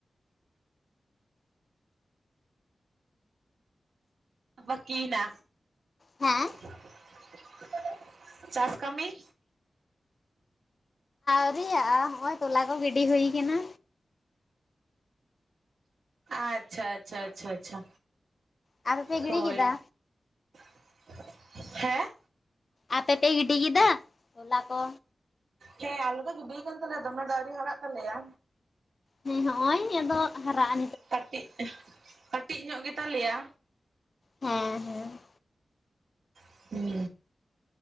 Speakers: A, on the right (about 85°); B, on the left (about 45°).
A: ᱵᱟᱠᱤ ᱱᱟ
B: ᱦᱮᱸ
A: <unintelligible> ᱪᱟᱥ ᱠᱟᱹᱢᱤ
B: ᱟᱹᱶᱨᱤᱣᱟᱜ-ᱟ ᱱᱚᱜ-ᱚᱭ ᱛᱚᱞᱟ ᱠᱚ ᱜᱤᱰᱤ ᱦᱩᱭ ᱠᱟᱱᱟ
A: ᱟᱪᱪᱷᱟ ᱟᱪᱪᱷᱟ ᱟᱪᱪᱷᱟ ᱟᱪᱪᱷᱟ
B: ᱟᱯᱮ ᱯᱮ ᱜᱤᱰᱤ
A: ᱦᱳᱭ
B: ᱠᱮᱫᱟ?
A: <unintelligible> ᱦᱮᱸ
B: ᱟᱯᱮ ᱯᱮ ᱜᱤᱰᱤ ᱠᱮᱫᱟ ᱛᱚᱞᱟ ᱠᱚ
A: ᱦᱮᱸ ᱟᱞᱮ ᱫᱚ ᱜᱤᱰᱤ ᱠᱟᱱ ᱛᱟᱞᱮᱭᱟ ᱫᱚᱢᱮ ᱟᱹᱶᱨᱤ ᱦᱟᱨᱟᱜ ᱛᱟᱞᱮᱭᱟ
B: ᱦᱮᱸ ᱱᱚᱜ-ᱚᱭ ᱱᱤᱭᱟᱹ ᱟᱫᱚ ᱦᱟᱨᱟᱜ-ᱟ
A: ᱠᱟᱹᱴᱤᱡ ᱠᱟᱹᱴᱤᱡ ᱧᱚᱜ ᱜᱮᱛᱟ ᱞᱮᱭᱟ
B: ᱦᱮᱸ ᱦᱮᱸ
A: <unintelligible> ᱦᱩᱸ